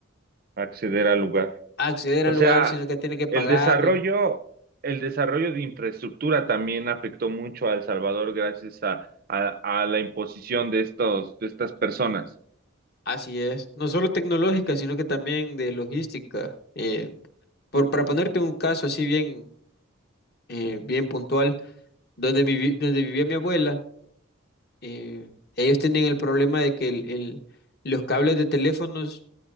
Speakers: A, on the right (about 45°); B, on the left (about 50°).
A: Acceder al lugar.
B: acceder
A: O
B: al
A: sea,
B: lugar, sino que tiene que pagarle.
A: el desarrollo, el desarrollo de infraestructura también afectó mucho a El Salvador gracias a, a, a la imposición de estos, de estas personas.
B: Así es. No solo tecnológica, sino que también de logística. Eh, por, para ponerte un caso así bien, eh, bien puntual, donde, mi vi- donde vivía mi abuela, eh, ellos tenían el problema de que el, el- los cables de teléfonos,